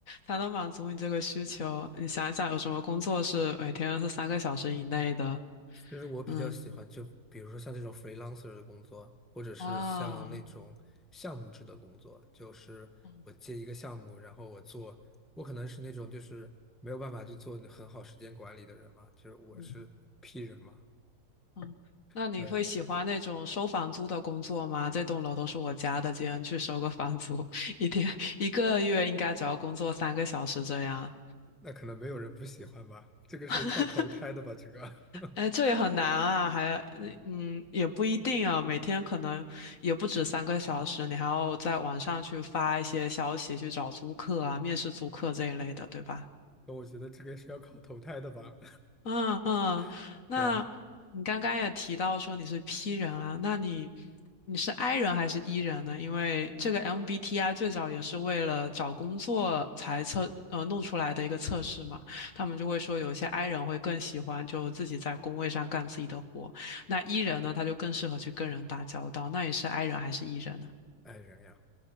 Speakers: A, on the left (about 60°); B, in the centre.
A: 才能满足你这个需求？你想一想，有什么工作是每天是三个小时以内的？
B: 就是我比较喜欢，
A: 嗯
B: 就比如说像这种 freelancer 的工作，或者是像那种项目制的工作，
A: 啊，
B: 就是我接一个项目，
A: 嗯
B: 然后我做，我可能是那种就是没有办法去做很好时间管理的人嘛，就是我是
A: 嗯
B: P 人嘛，
A: 嗯，那你会喜欢那种收房租的工作吗？
B: 对，
A: 这栋楼都是我家的，今天去收个房租，<laughs> 一天一个月应该只要工作三个小时这样。
B: 那可能没有人不喜欢吧，这个是靠投胎的吧，
A: <laughs>
B: 这个，<laughs>
A: 哎，这也很难啊，还嗯也不一定啊，每天可能也不止三个小时，你还要在网上去发一些消息去找租客啊、面试租客这一类的，对吧？
B: 那我觉得这个是要靠投胎的吧，
A: 嗯嗯，
B: <laughs>
A: 那你刚刚也提到说你是
B: 对，
A: P 人啊，那你你是 I 人还是 E 人呢？因为这个 MBTI 最早也是为了找工作才测呃弄出来的一个测试嘛，他们就会说有一些 I 人会更喜欢就自己在工位上干自己的活，那 E 人呢他就更适合去跟人打交道，那你是 I 人还是 E 人呢？
B: 爱人呀。